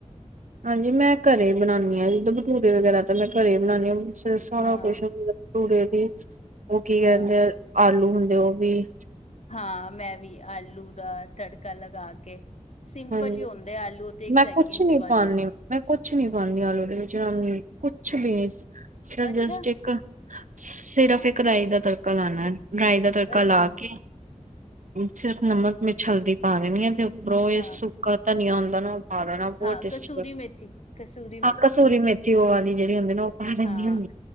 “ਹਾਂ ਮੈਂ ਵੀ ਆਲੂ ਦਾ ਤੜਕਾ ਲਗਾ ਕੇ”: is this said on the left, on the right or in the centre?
Left